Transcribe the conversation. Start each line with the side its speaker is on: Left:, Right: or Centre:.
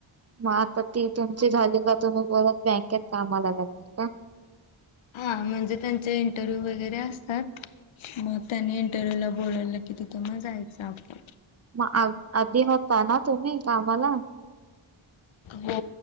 Right: मग आता ती तुमची झाली का तुम्ही परत बँकेत कामाला लागतील का?
Left: हां म्हणजे त्यांचे इंटरव्ह्यू वगैरे असतात. मग त्यानी इंटरव्ह्यू ला बोलवलं की तिथं मग जायचं आपल.
Right: म आ आधी होता ना तुम्ही कामाला?
Left: हो